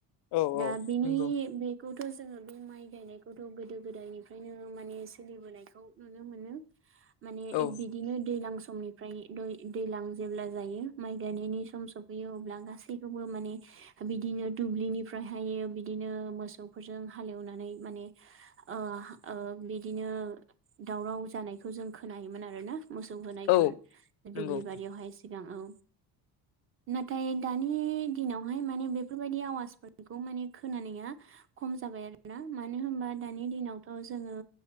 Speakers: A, on the left; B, on the right.
A: औ
B: दा
A: औ
B: बिनि
A: नंगौ
B: बेखौथ' जोङो बे माइ गायनायखौथ' गोदो गोदायनिफ्रायनो माने सोलिबोनायखौ नुनो मोनो। माने
A: औ
B: एख बिख इदिनो दैज्लां समनिफ्राय दै दैलां जेब्ला जायो माइ गायनायनि सम सौ फैयो अब्ला गासैखौबो माने बिदिनो दुब्लिनिफ्रायहायो बिदिनो मोसौफोरजों हालेवनानै माने ओ ओ बिदिनो दावराव जानायखौ जों खोनायोमोन आरो ना। मोसौ होनायफोर
A: औ नंगौ
B: दुब्लि बारियावहाय सिगां औ। नाथाय दानि दिनावहाय माने बेफोरबायदि आवाजफोरखौ माने खोनानाया खम जाबाय आरो ना। मानो होनबा दानि दिनावथ' जोङो